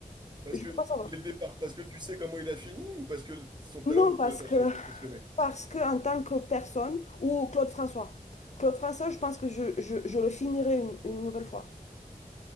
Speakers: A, on the right; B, on the left.
A: Parce
B: Je
A: que...
B: veux pas savoir.
A: Dès le départ, parce que tu sais comment il a fini ou parce que son talent
B: Non, parce
A: ne t'a
B: que
A: jamais impressionné?
B: parce que en tant que personne ou Claude François. Claude François, je pense que je, je- je le finirai une, une nouvelle fois.